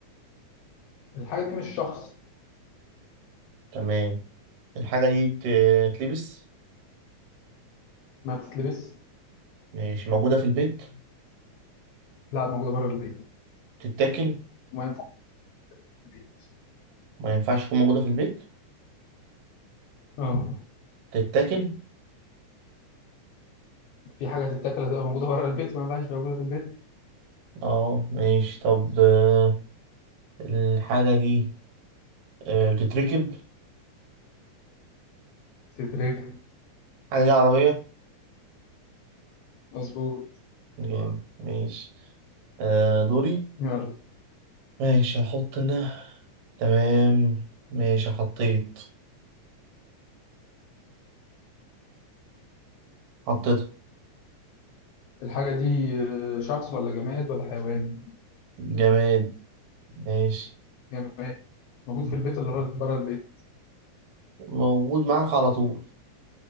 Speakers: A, on the left (about 75°); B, on the right (about 60°).
A: الحاجة دي مش شخص
B: تمام الحاجة دي تلبس
A: ما بتتلبس
B: ماشي موجودة في البيت
A: لا موجودة بره البيت
B: تتاكل
A: وما ينفعش في البيت
B: ما ينفعش تكون موجودة في البيت
A: اه
B: تتاكل
A: في حاجة تتاكل هتبقى موجودة بره البيت وما ينفعش موجودة في البيت
B: اه ماشي طب آه الحاجة دي آه بتتركب
A: تترك
B: الحاجة دي عربية
A: مظبوط
B: جامد ماشي آه دوري
A: يلا
B: ماشي هحط انا تمام ماشي حطيت حطيت
A: الحاجة دي آه، شخص ولا جماد ولا حيوان
B: جماد ماشي
A: جماد موجود في البيت ولا بره البيت
B: موجود معاك على طول